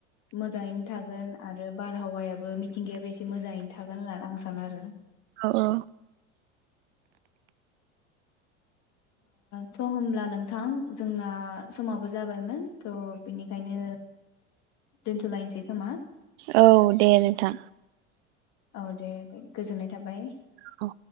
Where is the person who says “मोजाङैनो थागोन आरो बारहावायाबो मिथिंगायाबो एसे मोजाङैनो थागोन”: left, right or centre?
Left